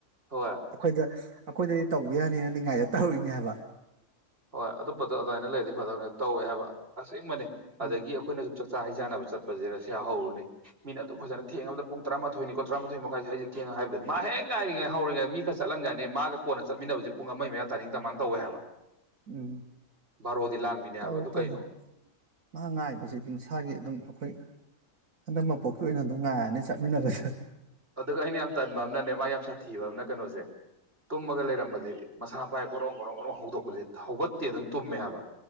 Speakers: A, on the right (about 50°); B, on the right (about 85°).
A: ꯍꯣꯏ
B: ꯑꯩꯈꯣꯏꯗ ꯑꯩꯈꯣꯏꯗꯗꯤ ꯇꯧꯕ ꯌꯥꯅꯤꯅ ꯅꯤꯡꯉꯥꯏꯗꯣ ꯇꯧꯔꯤꯅꯦ ꯍꯥꯏꯕ
A: ꯍꯣꯏ ꯑꯗꯨꯝꯕꯗꯣ ꯑꯗꯨꯃꯥꯏꯅ ꯂꯩꯔꯗꯤ ꯐꯗꯧꯅꯦꯕ ꯇꯧꯋꯦ ꯍꯥꯏꯕ ꯑꯁꯦꯡ ꯕꯅꯦ ꯑꯗꯒꯤ
B: ꯎꯝ
A: ꯑꯩꯈꯣꯏꯅꯁꯨ ꯆꯥꯛꯆꯥ ꯍꯩꯖꯥꯟꯅꯕ ꯆꯠꯄꯁꯦ ꯔꯁꯤꯌꯥ ꯍꯧꯔꯨꯅꯤ ꯃꯤꯅ ꯑꯗꯨ ꯐꯖꯅ ꯊꯦꯡꯉꯕꯗ ꯄꯨꯡ ꯇꯔꯥꯊꯣꯏꯅꯤꯀꯣ ꯇꯔꯥꯊꯣꯏ ꯃꯈꯥꯏꯁꯤ ꯊꯦꯡꯉ ꯍꯥꯏꯕꯗꯨꯗꯤ ꯃꯥ ꯍꯦꯛ ꯉꯥꯏꯔꯤꯉꯩ ꯍꯧꯔꯤꯉꯩ ꯃꯤ ꯅ ꯆꯠꯂꯟꯒ꯭ꯔꯅꯤ ꯃꯥꯒ ꯀꯣꯟ ꯆꯠꯃꯤꯟꯅꯕꯁꯦ ꯄꯨꯡ ꯑꯃꯒꯤ ꯃꯌꯥ ꯇꯥꯅꯤꯡ ꯇꯃꯥꯡ ꯇꯧꯋꯦ ꯍꯥꯏꯕ
B: ꯎꯝ
A: ꯚꯥꯔꯣꯗꯤ ꯂꯥꯟꯕꯤꯅꯦ
B: ꯇꯧꯏ
A: ꯍꯥꯏꯕ ꯑꯗꯨ
B: ꯇꯧꯏ
A: ꯀꯩꯅꯣ
B: ꯃꯥ ꯉꯥꯏꯕꯁꯤꯗꯤ ꯃꯁꯥꯒꯤ ꯑꯗꯨꯝ ꯑꯩꯈꯣꯏ ꯍꯟꯗꯛ ꯃꯄꯣꯛꯀꯤ ꯑꯣꯏꯅ ꯑꯗꯨꯝ ꯉꯥꯏꯔꯅꯤ ꯆꯠꯃꯤꯟꯅꯕꯗ
A: ꯑꯗꯨꯒ ꯑꯩꯅ ꯌꯥꯝ ꯇꯟꯕ ꯑꯃꯅꯅꯦ ꯃꯥ ꯌꯥꯝ ꯁꯥꯊꯤꯕ ꯑꯃꯅ ꯀꯩꯅꯣꯁꯦ ꯇꯨꯝꯃꯒ ꯂꯩꯔꯝꯕꯁꯦ ꯃꯁꯥ ꯄꯥꯏ ꯒꯣꯔꯣꯣꯡ ꯣꯔꯣꯡ ꯣꯔꯣꯡ ꯍꯧꯗꯣꯛꯄꯁ ꯍꯧꯒꯠꯇꯤ ꯑꯗꯨꯝ ꯇꯨꯝꯃꯦ ꯍꯥꯏꯕ